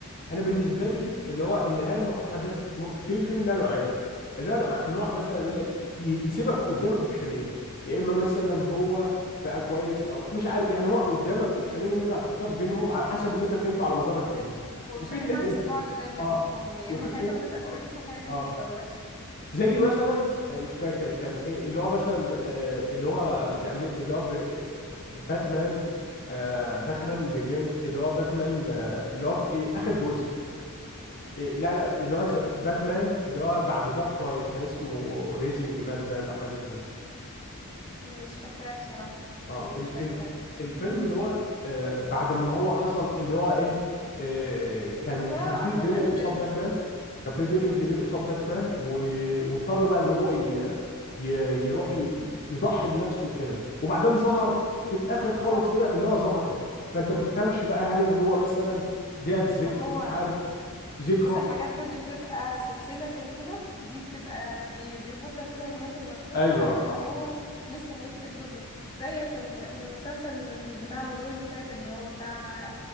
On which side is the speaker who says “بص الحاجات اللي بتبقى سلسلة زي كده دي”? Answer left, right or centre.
Left